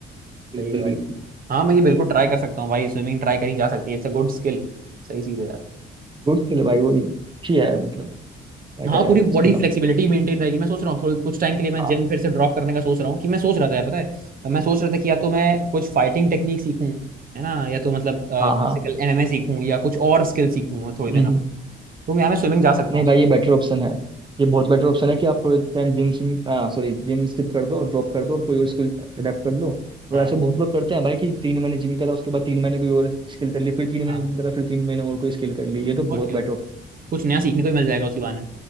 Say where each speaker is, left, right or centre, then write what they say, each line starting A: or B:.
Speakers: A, on the right (about 25°); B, on the right (about 45°).
A: बिल्कुल
B: सही है भाई
A: बिल्कुल
B: हाँ मैं ये बिल्कुल ट्राई कर सकता हूँ भाई स्विमिंग ट्राई करी जा सकती है इट्स अ गुड स्किल सही चीज़ है यार
A: गुड स्किल है भाई वही अच्छी है मतलब बेटर
B: हाँ पूरी
A: है उसके
B: बॉडी
A: हिसाब
B: फ्लेक्सिबिलिटी
A: से
B: मेंटेन रहेगी मैं सोच रहा हूँ थोड़े कुछ टाइम के लिए मैं
A: हाँ
B: जिम फिर से ड्रॉप करने का सोच रहा हूँ कि मैं सोच रहा था यार पता है मैं सोच रहा था कि या तो मैं कुछ फाइटिंग टेक्निक सीखूं है ना या तो मतलब फिजिकल
A: हाँ
B: एमएमए सीखूं या कुछ और स्किल सीखूं थोड़ी
A: हाँ
B: देर अब तो यहाँ मैं स्विमिंग जा सकता
A: नहीं
B: हूँ
A: भाई ये बेटर ऑप्शन है ये बहुत बेटर ऑप्शन है कि आप थोड़े टाइम जिम सिम सॉरी जिम स्किप कर दो ड्रॉप कर दो और कोई और स्किल अडेप्ट कर लो
B: हाँ
A: और ऐसे बहुत लोग करते हैं भाई कि तीन महीने जिम करा उसके बाद तीन महीने कोई और स्किल कर ली फिर तीन महीने
B: हाँ
A: जिम करा फिर तीन महीने और कोई स्किल कर ली ये तो बहुत
B: और क्या
A: बेटर
B: कुछ नया सीखने को भी मिल जाएगा उसी बहाने